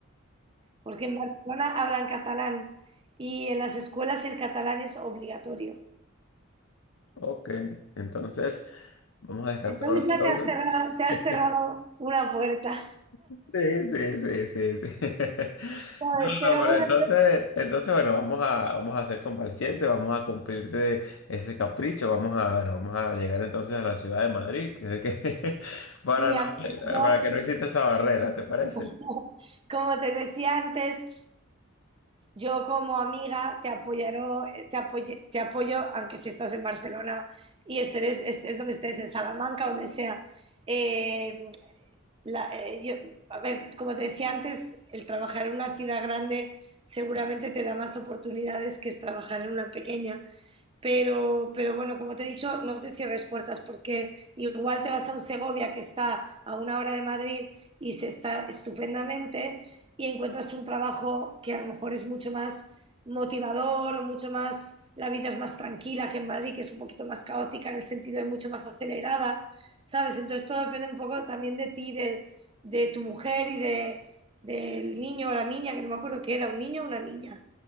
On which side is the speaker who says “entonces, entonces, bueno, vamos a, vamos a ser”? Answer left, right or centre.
Left